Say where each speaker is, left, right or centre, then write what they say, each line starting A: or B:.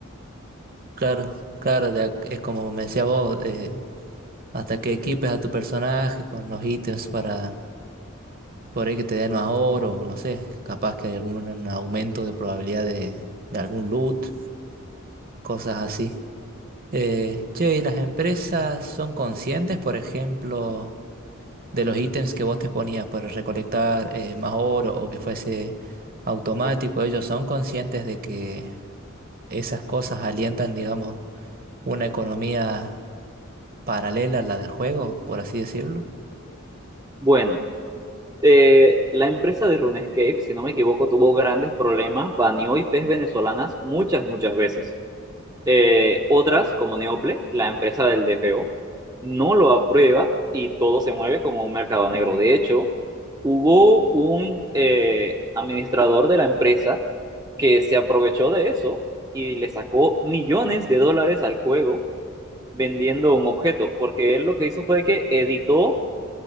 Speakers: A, on the right (about 45°); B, on the right (about 20°).
A: Claro, claro, de ac- es como me decía vos, eh, Hasta que equipes a tu personaje con los ítems para por ahí que te den más oro o no sé, capaz que hay algún aumento de probabilidad de, de algún loot, cosas así. Eh, che, ¿y las empresas son conscientes, por ejemplo, de los ítems que vos te ponías para recolectar eh, más oro o que fuese automático? ¿Ellos son conscientes de que esas cosas alientan, digamos, una economía paralela a la del juego, por así decirlo?
B: Bueno, eh, la empresa de RuneScape, si no me equivoco, tuvo grandes problemas, baneó IPs venezolanas muchas, muchas veces. Eh, otras, como Neople, la empresa del DFO, no lo aprueba y todo se mueve como un mercado negro. De hecho, hubo un eh, administrador de la empresa que se aprovechó de eso y le sacó millones de dólares al juego vendiendo un objeto, porque él lo que hizo fue que editó